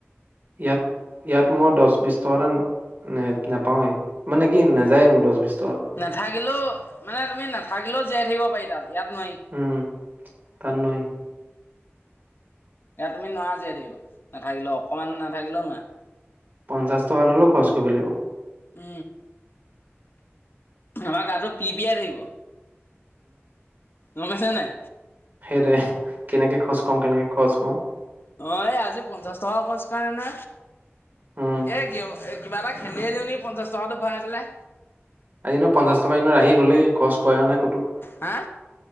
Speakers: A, on the right; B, on the left.
A: ইয়াত ইয়াত মই দহ বিশ টকা এটা নাপাওৱে মানে কি নাযায়ে মোৰ দহ বিশছ
B: নাথাকিলেও মানে তুমি নাথাকিলেও জীয়াই থাকিব পাৰি তাত, ইয়াত নোৱাৰি
A: উম তাৰ নয়
B: এয়া তুমি নোৱাৰা যেও নাথাকিলেও অকমান নাথাকিলেও নোৱাৰা।
A: পঞ্চাশ টকাাত অলও খৰচ কৰিব লাগিব।
B: উ! আমাৰ গাটো পি পিয়াই থাকিব ম কৈছে নাই?
A: হেৰে কেনেকে খোজ কওঁ কেনেকে খোজ কওঁ
B: অ এই আজি পঞ্চাশ টকা খচ কাৰে নে
A: উম,
B: এ ক এ কিবা এটা ল যওঁ ন পঞ্চাছ চটো ভয় পেলাই।
A: আজ ন পঞ্চাশ টকা এনৰ আহি হ'লেই খৰচ ক কৰা নাই কতো,
B: হা!